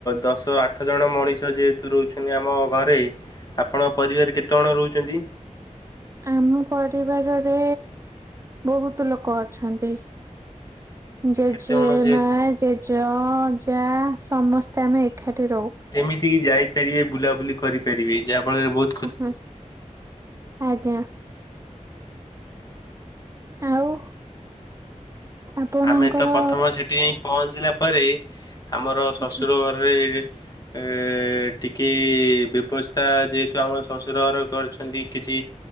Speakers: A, on the left; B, on the right.
A: ଦଶ ଆ ଆଠ ଜଣ ମଣିଷ ଯେହେତୁ ରହୁଛନ୍ତି ଆମ ଘରେ ଆପଣ ପରିବାରେ କେତେଜଣ ରହୁଛନ୍ତି?
B: ଆମ ପରିବାରରେ ବହୁତୁ ଲୋକ ଅଛନ୍ତି। ଜେଜେମା
A: କେତେଜଣ ଯେହେତୁ
B: ଜେଜ ଅଜା ସମସ୍ତେ ଆମେ ଏକାଠି ରହୁ।
A: ଯେମିତି କିି ଯାଇପାରିବେ ବୁଲାବୁଲି କରିପାରିବେ ଯାହା ଫଳରେ ବହୁ
B: ଓହୋ ଆଜ୍ଞା। ଆଉ ଆପଣଙ୍କର
A: ଆମେ ତ ପ୍ରଥମ ସେଠି ଯାଇ ପହଞ୍ଚିଲା ପରେ ଆମର ଶଶୁର
B: ଆଜ୍ଞା
A: ଘରରେ ଏ ଟିକି ବ୍ୟବସ୍ଥା ଯେହେତୁ ଆମ ଶଶୁର ହର କରିଛନ୍ତି କିଛି